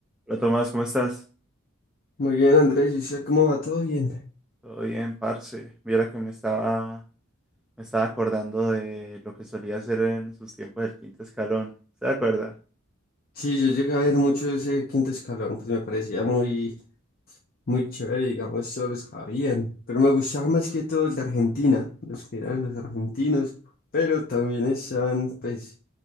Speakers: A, in the centre; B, on the left (about 45°).
A: Hola Tomás, ¿cómo estás?
B: Muy bien, Andrés, ¿y usted cómo va? ¿Todo bien?
A: Todo bien, parce. Mira que me estaba, me estaba acordando de lo que solía hacer en sus tiempos del quinto escalón. ¿Se acuerda?
B: Sí, yo llegué a ver mucho ese quinto escalón, pues me parecía muy, muy chévere, digamos, todos los que habían, pero me gustaba más que todo el de Argentina, los que eran los argentinos, pero también están, pues,